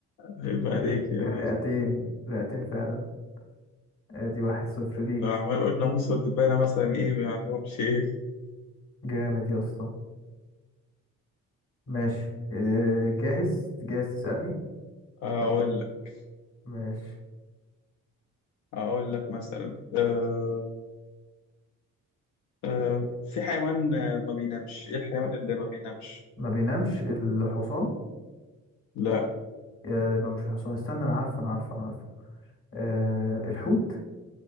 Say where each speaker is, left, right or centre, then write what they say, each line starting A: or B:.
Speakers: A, on the left; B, on the left.
A: عيب عليك
B: الر-
A: يا
B: الرئتين
A: باشا
B: رئتين فعلا ادي واحد صفر ليك
A: عمال أقول ناموسة والدبانة مثلا إيه ما عندهمش إيه
B: جامد يا اسطى ماشي إيه، جاهز جاهز تسألني
A: أقول لك
B: ماشي
A: أقول لك مثلا أه أه في حيوان آه، ما بينامش إيه الحيوان اللي ما بينامش؟
B: ما بينامش الحصان
A: لا
B: يبقى مش الحصان استنى انا عارفه انا عارفه انا عارفه أه الحوت